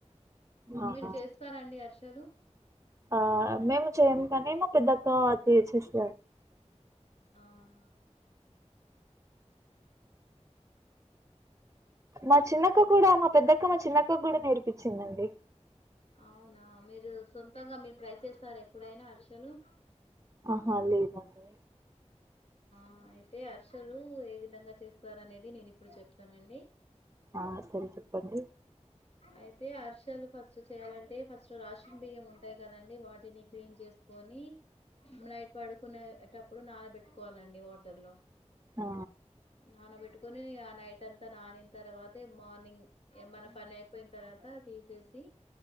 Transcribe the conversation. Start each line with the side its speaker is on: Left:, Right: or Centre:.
Right: ఆహా
Left: మీరు చేస్తారండి అర్షలు.
Right: ఆ మేము చేయము కాని మా పెద్ద అత్త తెచ్చేస్
Left: అవునా
Right: మా చిన్నక్క కూడా, మా పెద్దక్క, మా చిన్నక్క కూడా నేర్పించిందండి.
Left: అవునా, మీరు సొంతంగా మీరు ట్రై చేస్తారా ఎప్పుడైనా అర్షలు.
Right: ఆహా లేదండి.
Left: ఆ అయితే హర్షలు ఏ విధంగా చేస్తారు అనేది నేను ఇప్పుడు చెప్తానండి.
Right: ఆ సరే చెప్పండి.
Left: అయితే హర్షాలు ఫస్ట్ చేయాలంటే ఫస్ సృ రాషన్ బియ్యం ఉంటాయి కదండి. వాటిని క్లీన్ చేసుకొని నైట్ పడుకునే టప్పుడు నానబెట్టుకోవాలండి వాటర్ లో
Right: ఆ
Left: నానబెట్టూ కొనే ఆ నైట్ అంతా నానీన్ తర్వాత మార్నింగ్ ఏ మన పనైప్ పోయిన తర్వాత తీసేసి